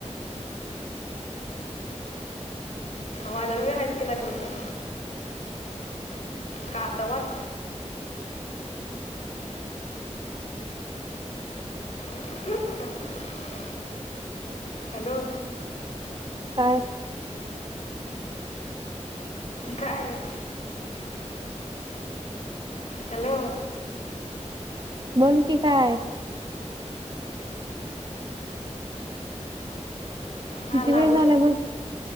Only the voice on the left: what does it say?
माझ्याकड बी हायच की लाख रुपये का तवच <unintelligible> हॅलो
काय? हॅलो
हा
लाडूच